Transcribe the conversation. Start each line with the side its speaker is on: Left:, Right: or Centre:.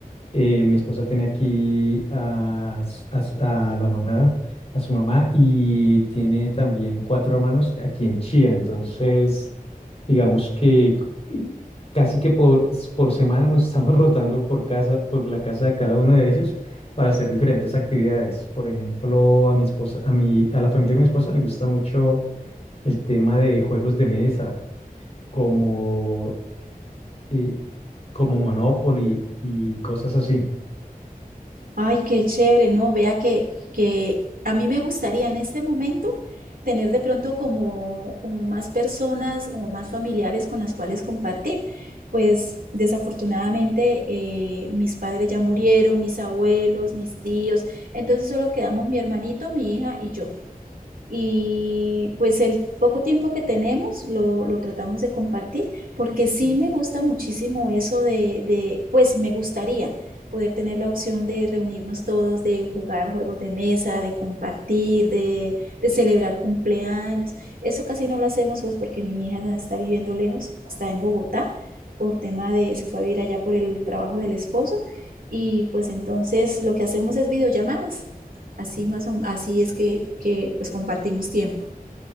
Left: Eh, mi esposa tiene aquí a, s- a s- a la mamá, a su mamá, y tiene también cuatro hermanos aquí en Chía. Entonces, digamos que c- casi que por, s- por semana nos <laughs> estamos rotando por casa, por la casa de cada uno de ellos para hacer diferentes actividades. Por ejemplo, a mi esposa, a mi, a la familia de mi esposa le gusta mucho el tema de juegos de mesa, como, eh, como Monopoly y cosas así.
Right: Ay, qué chévere, no, vea que, que a mí me gustaría en este momento tener de pronto como, como más personas o más familiares con las cuales compartir. Pues desafortunadamente eh, mis padres ya murieron, mis abuelos, mis tíos, entonces solo quedamos mi hermanito, mi hija y yo y pues el poco tiempo que tenemos lo, lo tratamos de compartir porque sí me gusta muchísimo eso de, de, pues me gustaría poder tener la opción de reunirnos todos, de jugar juegos de mesa, de compartir, de, de celebrar cumpleaños. Eso casi no lo hacemos pues porque mi hija está viviendo lejos, está en Bogotá por tema de, se fue a vivir allá por el trabajo del esposo y pues entonces lo que hacemos es videollamadas Así más o- así es que, que, pues compartimos tiempo.